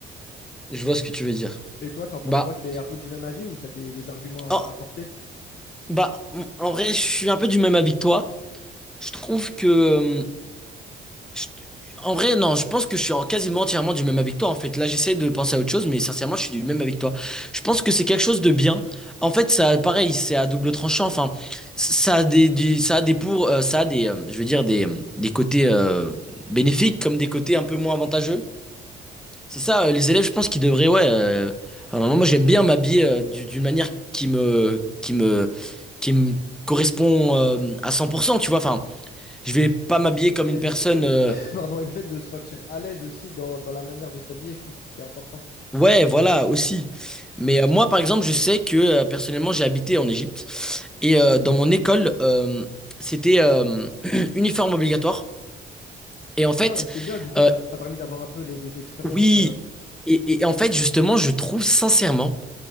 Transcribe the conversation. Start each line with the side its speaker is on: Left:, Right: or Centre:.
Centre: Je vois ce que tu veux dire.
Left: Et toi, t'en penses
Centre: Bah,
Left: quoi? T'es un peu du même avis ou t'as des, des arguments à
Centre: en,
Left: apporter?
Centre: bah, en en vrai, je suis un peu du même avec toi. Je trouve que, euh, je- en vrai, non, je pense que je suis en- quasiment entièrement du même avec toi. En fait, là, j'essaie de penser à autre chose, mais sincèrement, je suis du même avec toi. Je pense que c'est quelque chose de bien. En fait, ça, pareil, c'est à double tranchant. Enfin, c- ça a des, du- ça a des pour, euh, ça a des, euh, je veux dire des, des côtés euh, bénéfiques comme des côtés un peu moins avantageux. C'est ça, euh, les élèves, je pense qu'ils devraient, ouais. euh, à un moment, moi, j'aime bien m'habiller euh, du- d'une manière qui me, qui me, qui me correspond euh, à 100%, tu vois. Enfin, je vais pas m'habiller comme
Left: Et
Centre: une
Left: le,
Centre: personne.
Left: f- et le-
Centre: euh,
Left: <coughs> pardon, et le fait de se sentir à l'aise aussi dans, dans la manière de s'habiller, je trouve que c'est important.
Centre: ouais, voilà, aussi. Mais euh, moi, par exemple, je sais que euh, personnellement, j'ai habité en Égypte et euh,
Left: Ok.
Centre: dans mon école, euh, c'était euh, <clears throat> uniforme obligatoire. Et en fait,
Left: Ah, bah, c'est bien. Du coup,
Centre: euh,
Left: t'as, t'as permis d'avoir un peu les deux expériences.
Centre: oui.
Left: euh,
Centre: Et, et- et en fait, justement, je trouve sincèrement